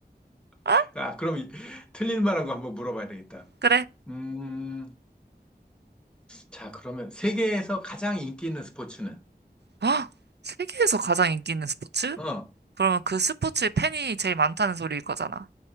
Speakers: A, on the right (about 80°); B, in the centre.
A: 아,
B: <laughs> 아, 그럼 이- 틀릴 만한 거 한번 물어봐야 되겠다.
A: 그래.
B: 음, 자, 그러면 세계에서 가장 인기 있는 스포츠는?
A: 아, 세계에서 가장 인기 있는 스포츠?
B: 어,
A: 그러면 그 스포츠의 팬이 제일 많다는 소리일 거잖아.